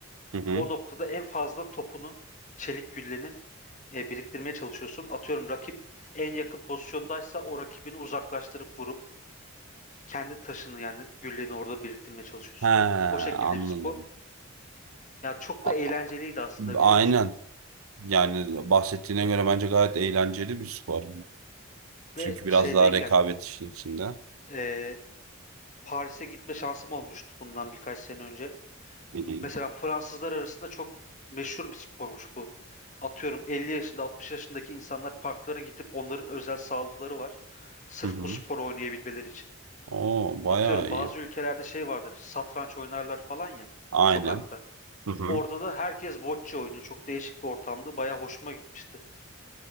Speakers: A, on the right (about 80°); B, on the left (about 35°).
A: Hı hı.
B: O noktada en fazla topunu, çelik gülleni e, biriktirmeye çalışıyorsun. Atıyorum rakip en yakın pozisyondaysa o rakibini uzaklaştırıp vurup kendi taşını yani gülleni orada biriktirmeye çalışıyorsun.
A: He,
B: O şekilde
A: anladım.
B: bir spor. Ya çok
A: A-
B: da eğlenceliydi aslında
A: aynen.
B: biliyor musun?
A: Yani bahsettiğine göre bence gayet eğlenceli bir spor. Çünkü
B: Ve
A: biraz
B: şeydeyken
A: daha rekabet işin içinde.
B: e, Paris'e gitme şansım olmuştu bundan birkaç sene önce.
A: Hı hı.
B: Mesela Fransızlar arasında çok meşhur bir spormuş bu. Atıyorum 50 yaşında 60 yaşındaki insanlar parklara gidip onların özel sahaları var. Sırf
A: Hı hı.
B: bu sporu oynayabilmeleri için.
A: Oo, bayağı
B: Atıyorum
A: iyi.
B: bazı ülkelerde şey vardır. Satranç oynarlar falan ya
A: Aynen.
B: sokakta.
A: Hı hı.
B: Orada da herkes bocce oynuyor. Çok değişik bir ortamdı. Baya hoşuma gitmişti.